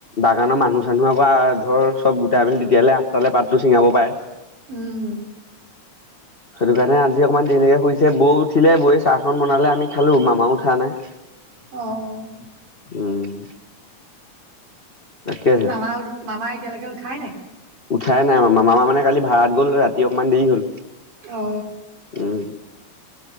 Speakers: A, on the left; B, on the right.
A: বাগানৰ মানুহ মানুহৰ পৰা ধৰ চব গোটাই মেলি তেতিয়া হ'লে আঠটালে পাতটো ছিঙাব পাৰে
B: উম
A: সেইটো কাৰণে আজি অকনমান দেৰিলৈকে শুইছে বৌ উঠিলে বৌয়ে চাহখন বনালে আমি খালো মামাও উঠা নাই
B: অ',
A: উম তাকেহে
B: আমাৰ মামা এতিয়ালৈকে উঠাই নাই?
A: উঠাই নাই মামা মানে কালি ভাড়াত গ'ল ৰাতি অকমান দেৰি হ'ল
B: অ
A: উম।